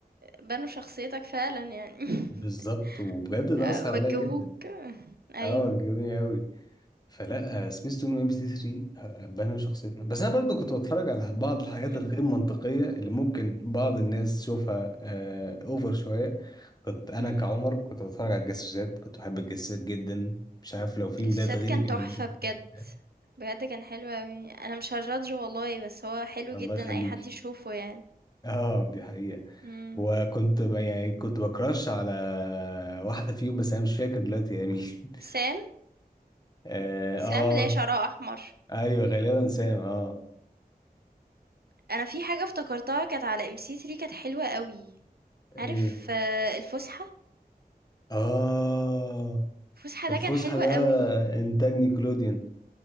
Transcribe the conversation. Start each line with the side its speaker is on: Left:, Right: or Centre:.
Right: بنوا شخصيتك فعلًا يعني. <laughs>
Left: بالظبط وبجد ده
Right: آآ
Left: اثر
Right: وجّهوك
Left: عليا جدا
Right: أيوه.
Left: اه وجهوني قوي فلا سبيس تون وام بي سي 3 بنوا شخصيتنا بس انا برضو كنت بتفرج على بعض الحاجات
Right: إمم،
Left: الغير منطقيه اللي ممكن بعض الناس تشوفها آه اوفر شويه كنت انا
Right: إمم.
Left: كعمر كنت بتفرج على الجاسوسات كنت بحب الجاسوسات جدا مش عارف لو في ولاد
Right: السَّد
Left: غيري
Right: كان
Left: كانوا
Right: تحفة
Left: بيشوفوا
Right: بجد،
Left: الجاسوسات
Right: بجد كان حلو أوي. أنا مش هajudge والله، بس هو حلو
Left: الله
Right: جدًا
Left: يخليكي
Right: أي حد يشوفه يعني.
Left: اه دي حقيقه
Right: إمم.
Left: وكنت ب... يعني كنت بكراش على واحده فيهم بس انا مش فاكر دلوقتي يا مين <laughs>
Right: سام،
Left: اه, آه
Right: سام اللي هي شعرها أحمر.
Left: ايوه غالبا سام اه
Right: أنا في حاجة افتكرتها كانت على MC3 كانت حلوة أوي،
Left: ايه
Right: عارف آه، الفُسحة؟
Left: اه
Right: الفُسحة ده
Left: الفسحة
Right: كان حلو
Left: ده
Right: أوي.
Left: إنتاج نيكلوديان